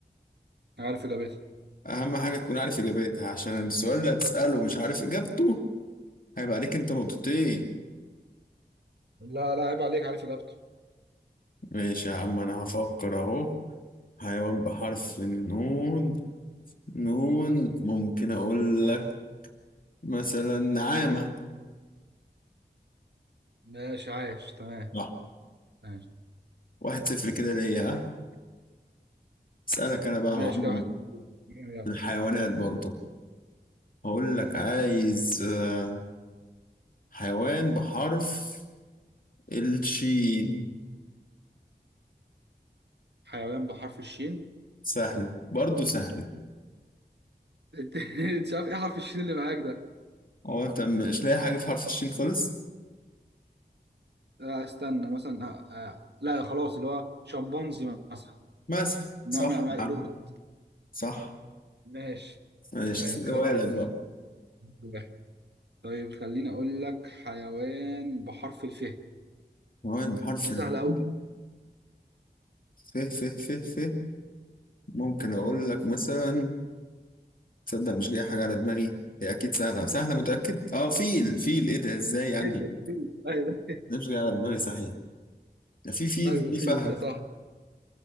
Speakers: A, on the right (about 75°); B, on the left (about 55°).
A: عارف اجابتها
B: اهم حاجه تكون عارف اجابتها عشان السؤال اللي هتسأله مش عارف اجابته هيبقى عليك انت نقطتين
A: لا لا عيب عليك عارف اجابته
B: ماشي يا عم انا هفكر اهو حيوان بحرف النون نون ممكن اقول لك مثلا نعامة
A: ماشي عايش تمام
B: صح
A: ماشي
B: واحد صفر كده ليا ها اسألك انا بقى
A: ماشي
B: يا معلم
A: كده واحد صفر. يلا.
B: في الحيوانات برضه هقول لك عايز آه، حيوان بحرف الشين
A: حيوان بحرف الشين
B: سهل برضه سهلة
A: انت <laughs> مش عارف ايه حرف الشين اللي معاك ده
B: هو انت مش لاقي حاجة في حرف الشين خالص
A: آه، استنى مثلا آه، آه، لا خلاص اللي هو شمبانزي مثلا
B: مثلا
A: نوع
B: صح
A: من انواع القرود
B: يا عم صح
A: ماشي
B: ماشي
A: تمام كده
B: ولد
A: واحد
B: بقى
A: واحد طيب خليني اقول لك حيوان بحرف الف
B: حيوان بحرف
A: دي
B: الشين
A: سهله قوي
B: فيه فيه فيه فيه ممكن اقول لك مثلا تصدق مش جاي حاجه على دماغي هي اكيد سهله سهله متاكد اه فيل فيل ايه ده ازاي يعني
A: جدا في ايوه
B: مش جاي على دماغي صحيح ده في فيل
A: <laughs> ايوه
B: في
A: في
B: فهد
A: في صح